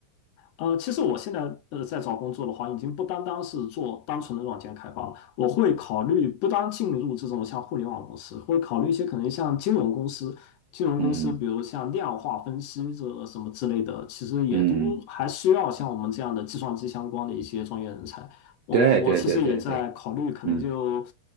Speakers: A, on the left; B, on the right.
A: 呃，其实我现在呃在找工作的话，已经不单单是做单纯的软件开发了，我会考虑不单进入这种像互联网公司，会考虑一些可能像金融公司，金融公司比如像量化分析这什么之类的，
B: 嗯
A: 其实也都还需要像我们这样的计算机相关的一些专业人才。
B: 嗯，
A: 我们我其实也在考虑，
B: 对对对对对，
A: 可能就
B: 嗯